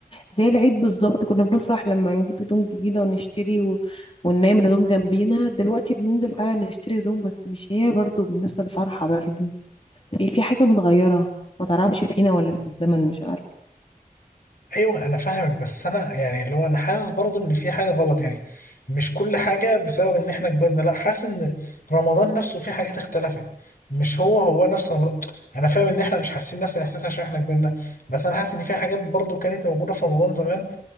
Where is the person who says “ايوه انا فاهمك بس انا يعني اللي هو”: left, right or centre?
Left